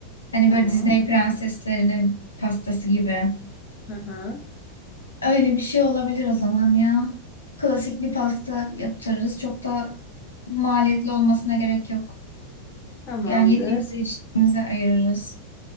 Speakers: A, on the left (about 75°); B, on the left (about 40°).
A: Hani
B: Tamam.
A: böyle Disney prenseslerinin pastası gibi.
B: Hı hı.
A: Öyle bir şey olabilir o zaman ya. Klasik bir pasta yaptırırız. Çok da maliyetli olmasına gerek yok.
B: Tamamdır.
A: Yani yediğimize içtiğimize ayırırız.